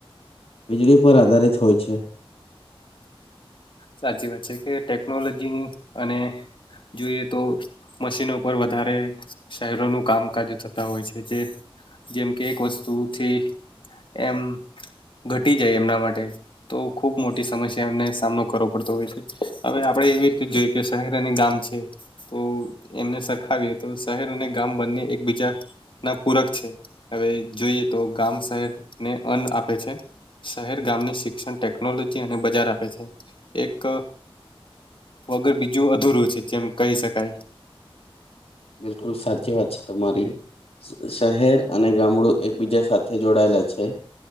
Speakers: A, on the left; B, on the left.
A: વીજળી પર આધારિત હોય છે
B: સાચી વાત છે કે ટેકનોલોજીની અને જોઈએ તો મશીનો પર વધારે શહેરોનું કામકાજ થતા હોય છે જે જેમ કે એક વસ્તુથી એમ ઘટી જાય એમના માટે તો ખુબ મોટી સમસ્યા એમને સામનો કર કરો પડતો હોય છે હવે આપડે એવી રીતે જોઈ કે શહેર અને ગામ છે તો એમને સરખાવીએ તો શહેર અને ગામ બંને એકબીજા ના પૂરક છે હવે જોઈએ તો ગામ શહેરને અન્ન આપે છે શહેર ગામને શિક્ષણ ટેકનોલોજી અને બજાર આપે છે એક વગર બીજું અધૂરું છે જેમ કહી શકાય
A: બિલકુલ સાચી વાત છે તમારી શહેર અને ગામડું એકબીજા સા થે જોડાયેલા છે